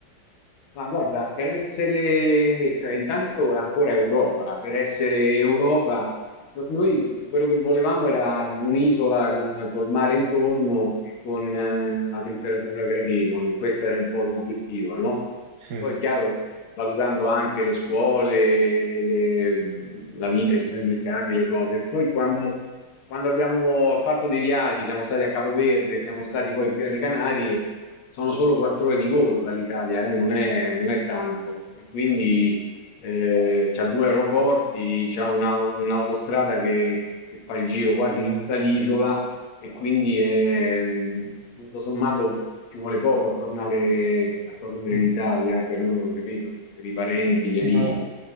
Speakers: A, on the left (about 90°); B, on the right (about 80°).
A: Ma guarda, per essere, cioè intanto è ancora Europa, per essere Europa, no- noi quello che volevamo era un'isola con col mare intorno e con eh, la temperatura gradevole, questo era un po' l'obiettivo, no?
B: Sì.
A: Poi, chiaro, valutando anche le scuole, le- la vita, i supermercati, le cose. Poi quando quando abbiamo fatto dei viaggi, siamo stati a Capoverde, siamo stati poi qui alle Canarie, sono solo quattro ore di volo dall'Italia, eh, non è, non è tanto. E quindi eh, c'ha due aeroporti, c'ha una- un'autostrada che, che fa il giro quasi di tutta l'isola e quindi è, mh, tutto sommato ci vuole poco a tornare, a tornare
B: Mm.
A: in Italia per noi, capito? Per i parenti, gli
B: Sì,
A: amici.
B: ma-